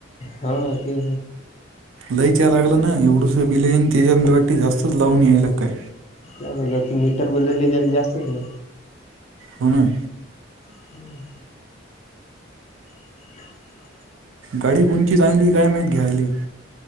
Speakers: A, on the left; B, on the right.
A: हां ते.
B: लयच लागलं ना एवढंस बिल आहे अन् त्याच्यात रेट जास्तच लावून यायला काय?
A: त्या जाग्याची मीटर बदलली तेन जास्तच आहे.
B: कोण आहे?
A: हम्म. <inaudible>
B: गाडी कोणची चांगली आहे काय माहीत घ्यायली.